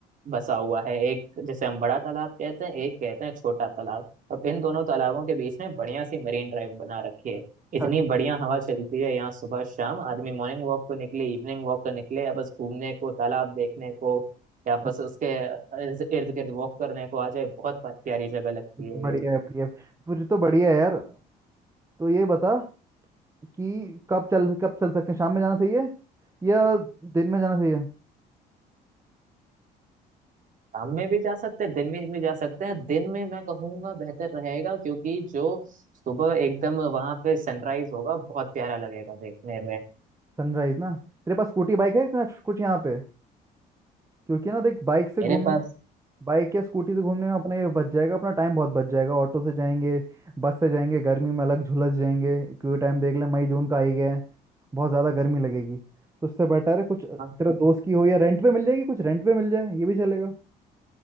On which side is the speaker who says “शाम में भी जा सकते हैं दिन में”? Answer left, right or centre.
Right